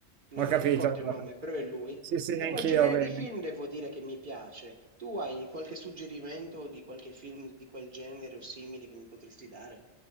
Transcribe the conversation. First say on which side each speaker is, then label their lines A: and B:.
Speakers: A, on the right; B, on the right.
A: Non
B: Ho
A: me
B: capito
A: lo ricordo
B: allora.
A: il nome, però è lui.
B: Sì, sì,
A: E
B: neanch'io,
A: quel genere
B: bene.
A: di film devo dire che mi piace. Tu hai qualche suggerimento di qualche film di quel genere o simili che mi potresti dare?